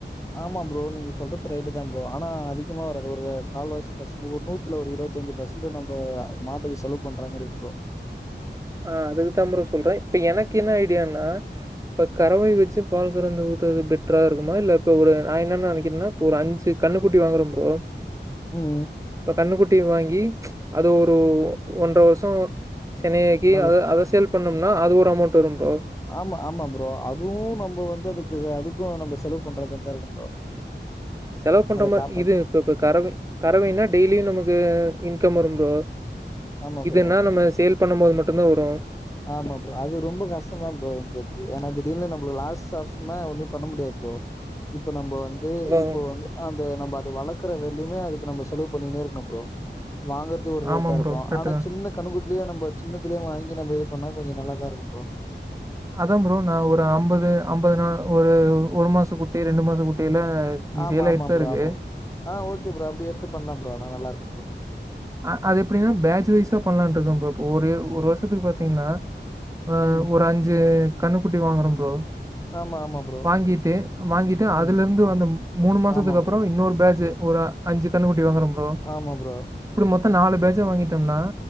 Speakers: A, on the left; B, on the right.
A: ஆமா ப்ரோ நீங்க சொல்றது ரைட்டு தா ப்ரோ ஆனா அதிகமா வராது ஒரு கால்வாசி ஃபர்ஸ்டு ஒரு நூத்துல ஒரு இருவத்திஞ்சி பர்சண்ட்டு நம்ப மாட்டுக்கு செலவு பண்ற மாறி இருக்கு ப்ரோ
B: ஆ அதுக்குதா ப்ரோ சொல்ற இப்ப எனக்கு என்ன ஐடியான்னா இப்போ கறவை வெச்சு பால் கறந்து ஊத்துறது பெட்ரா இருக்குமா இல்ல இப்போ ஒரு நா என்ன நனைக்கிறேன்னா இப்போ ஒரு அஞ்சு கன்னு குட்டி வாங்குறே ப்ரோ
A: ம்
B: இப்போ கன்னுக்குட்டி வாங்கி அது ஒரு ஒன்ற வருஷோ செனையாக் க்கி
A: நாளு
B: அத அத சேல் பண்ணும்னா அது ஒரு அமௌண்ட் வரு ப்ரோ
A: ஆமா ஆமா ப்ரோ அதுவும் நம்ம வந்து அதுக்கு அதுக்கும் நம்ம செலவு பண்ற மாறி தா இருக்கு ப்ரோ
B: செலவு பண்ற
A: அத
B: மாரி
A: காப்பாத்
B: இது இப்ப இப்ப கறவை கறவைனா டெய்லியு நமக்கு இன்கம் வரும் ப்ரோ
A: ஆமா ப்ரோ
B: இதன்னா நம்ம சேல் பண்ணும் போது மட்டுதா வரும்
A: ஆமா ப்ரோ அது ரொம்ப கஷ்டோதா ப்ரோ எனக் தெரிஞ்சி ஏன்னா திடீர்னு நம்ம லாஸ்ட் ஆஃப்னா ஒன்னு பண்ண முடியாது ப்ரோ இப்ப நம்ம வந்து
B: அதான்
A: இப்போ வந்து அந்த நம்ம அத வளர்க்கற வரலையுமே அதுக்கு நம்ம செலவு பண்ணினே இருக்கணு ப்ரோ வாங்கற து ஒரு ரேட்டா
B: ஆமாம்
A: இருக்கோ
B: ப்ரோ. கரெக்ட்டு
A: ஆனா
B: தான்.
A: சின்ன கன்னுகுட்டிலயே நம்ம சின்னத்தலய வாங்கி நம்ம இது பண்ணா கொஞ்சம் நல்லாதா இருக்கோ ப்ரோ
B: அதா ப்ரோ நா ஒரு அம்பது அம்பது நாள் ஒரு ஒரு மாசோ குட்டி ரெண்டு மாசோ குட்டியில
A: ஆமா
B: சேல்
A: ஆமா
B: ஆயிட்டு தான்
A: ப்ரோ
B: இருக்கு.
A: ஆமா ப்ரோ ஆ ஓகே ப்ரோ அப்டி எடுத்து பண்ணலா ப்ரோ ஆனா நல்லா இருக்கோ ப்ரோ
B: ஆ அது எப்டின்னா பேஜ் வைஸா பண்ணலானு இருக்க ப்ரோ இப்ப ஒரு ஒரு வருஷத்துக்கு பாத்தீங்கன்னா வ
A: ம்
B: ஒரு அஞ்சு கன்னுக்குட்டி வாங்குறோ ப்ரோ
A: ஆமா ஆமா ப்ரோ
B: வாங்கிட்டு வாங்கிட்டு அதுல
A: ம்
B: இருந்து வந்த மூணு மாசத்துக்கு
A: ஆமா ப்ரோ
B: அப்பறோ இன்னொரு பேஜ் ஒரு அஞ்சு கன்னு குட்டி வாங்குற ப்ரோ
A: ஆமா ப்ரோ
B: இப்டி மொத்தோ நாலு பெட்ச் ஆ வாங்கிட்டோம்னா